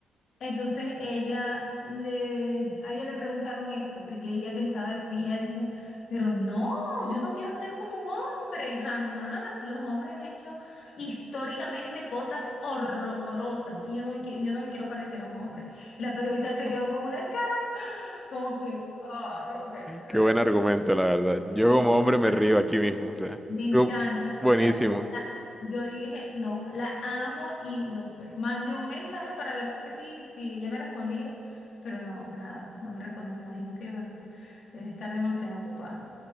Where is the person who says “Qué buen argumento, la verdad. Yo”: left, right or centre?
Centre